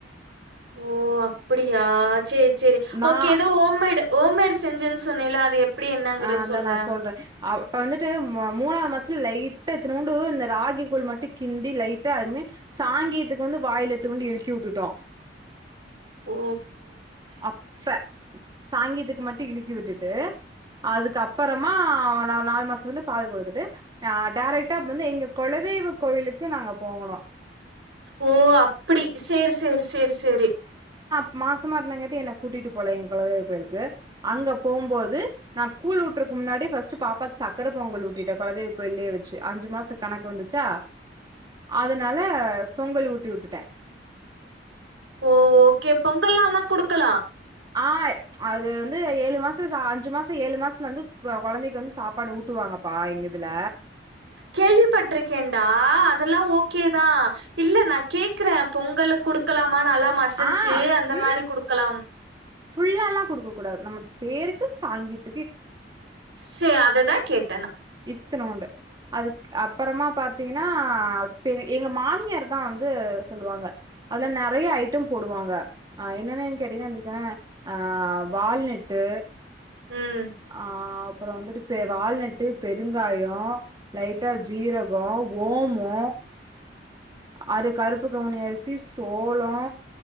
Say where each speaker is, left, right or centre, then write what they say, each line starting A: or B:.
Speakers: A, on the right; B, on the right.
A: ஓ அப்பிடியா சேர் சேர்
B: நா
A: ஓகே ஏதோ ஹோம்மேடு ஹோம்மேடு் செஞ்ச செஞ்சேனு சொன்னேல அது எப்படி என்னங்கறத
B: அ இந்தா
A: சொல்லேன்
B: நா சொல்ற இப்ப வந்துட்டு மூணாவ்து மா லைட்டா இத்துனூண்டு இந்த ராகிக்கூழ் மட்டு கிண்டி லைட்டா அதுமே சாங்கியத்துக்கு வந்து வாயில இத்துனூண்டு இழிக்கி விட்டுட்டோ
A: ஓ
B: அப்ப சாங்கியத்துக்கு மட்டு இடுக்கி விட்டுட்டு அதுக்கு அப்புறமா நா நாலு மாச வந்து பால் குடுத்துட்டு டேரெக்ட்டா வந்து எங்க குலதெய்வ கோயிலுக்கு நாங்க போனோ
A: ஓ அப்புடி சரி சரி சரி சரி
B: மாஸ் மாசமா இருந்த கட்டு என்னை கூட்டிட்டுபோகல எ குலதெய்வ கோயிலுக்கு க அங்க போம்போது நா கூழ் ஊட்டுறக்கு முன்னாடி பஸ்ட் பாப்பாக்கு சக்கர பொங்கல் ஊட்டிட்டே கொலதெய் கோய்லயே வச்சு அஞ்சு மாச கணக்கு வந்துச்சா அதனால பொங்கல் ஊட்டி விட்டுட்டே
A: ஓ ஓகே பொங்கல்லா ஆனா குடுக்கலா
B: ஆ அது வந்து ஏழு மாசத்துல அஞ்சு மாச ஏழு மாசதுல வந்து கு கொழந்தைக்கு வந்து சாப்பாடு ஊட்டுவாங்கப்பா எங்கதுல
A: கேள்விப்பட்ருக்கேன்டா அதெல்லா ஓகேதா இல்ல நா கேக்குற பொங்கலுக் குடுக்கலா மா நல்லா மசிச்சு
B: ஆ
A: அந்த
B: ம்ஹூ
A: மாரி குடுக்கலாம்
B: ஃபுல்லால்லா குடுக்கக்கூடாது நம்ம பேருக்கு சாங்கீத
A: சே அததா கேட்
B: இத்துனோன்டு அதுக் அப்பறமா பாத் பாத்தீன்னா பெ எங்க மாமியார் தா வந்து சொல்லுவாங்க அதுல நெறைய ஐட்டம் போடுவாங்க ஆ என்னன்னன்னு கேட்டீன்னா எடுத்தொன்ன ஆ வால்நட்டு
A: ம்
B: ஆ அப்புற வந்துட்டு இப்ப வால்நட்டு பெருங்காய லைட்டா ஜீரக ஓமோ அறு கருப்புக்கவுனி அரிசி சோளோ